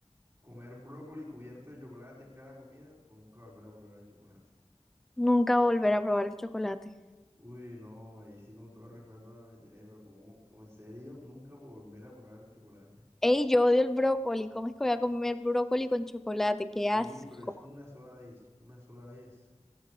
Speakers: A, on the right; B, in the centre.
A: ¿Comer brócoli cubierto de chocolate en cada comida o nunca volver a probar el chocolate?
B: Nunca volver a probar el chocolate.
A: Uy, no, ahí sí con todo respeto me meteré, pero como, en serio, nunca volver a probar el chocolate.
B: Ey, yo odio el brócoli. ¿Cómo es que voy a comer brócoli con chocolate? ¡Qué
A: Oye,
B: asco!
A: pero es una sola vez, una sola vez